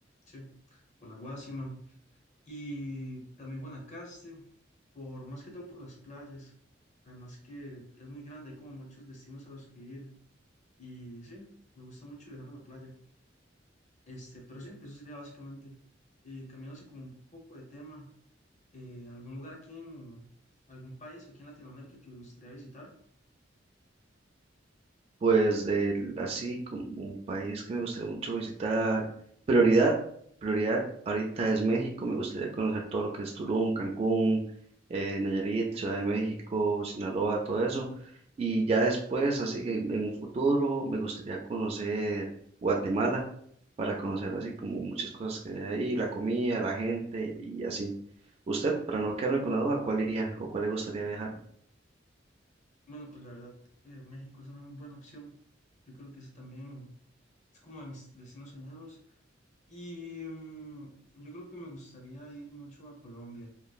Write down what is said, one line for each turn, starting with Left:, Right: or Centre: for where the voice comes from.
Left: sí, o La Guásima. Y también Guanacaste, por, más que todo por las playas. Además que es muy grande, hay como muchos destinos a los que ir. Y sí, me gusta mucho viajar a la playa. Este, pero sí, eso sería básicamente. Y cambiándose como un poco de tema, eh, ¿algún lugar aquí en algún país aquí en Latinoamérica que le gustaría visitar?
Right: Pues del- así como un país que me gustaría mucho visitar, prioridad, prioridad ahorita es México, me gustaría conocer todo lo que es Tulum, Cancún, eh, Nayarit, Ciudad de México, Sinaloa, todo eso. Y ya después, así que en en un futuro, me gustaría conocer Guatemala para conocer así como muchas cosas que hay ahí, la comida, la gente y así. Usted, para no quedarme con la duda, ¿cuál iría o cuál le gustaría viajar?
Left: Bueno, pues la verdad, eh, México es una muy buena opción. Yo creo que eso también es como de mis destinos soñados. Y mm, yo creo que me gustaría ir mucho a Colombia,